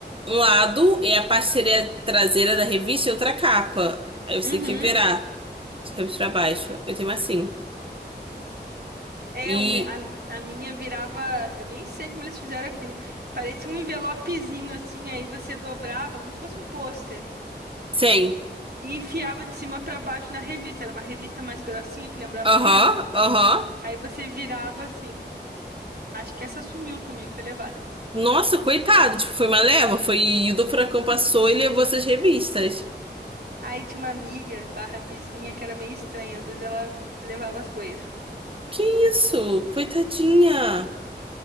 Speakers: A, on the right; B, on the right.
A: um lado é a parceria traseira da revista e outra capa. Aí você
B: Uhum.
A: tem que virar de cabeça pra baixo. Eu tenho uma assim.
B: É,
A: E
B: o me- a, a minha virava. Eu nem sei como eles fizeram aquilo. Parecia um envelopezinho assim, aí você dobrava, como se fosse um pôster.
A: sei.
B: E enfiava de cima pra baixo na revista. Era uma revista mais grossinha que lembrava um
A: Aham,
B: livro.
A: aham.
B: Aí você virava assim. Acho que essa sumiu também, foi levada.
A: Nossa, coitado, tipo, foi uma leva, foi do furacão passou
B: <laughs>
A: e levou essas revistas.
B: Aí tinha uma amiga, barra vizinha, que era meio estranha. Às vezes ela levava as coisas.
A: Que isso? Coitadinha.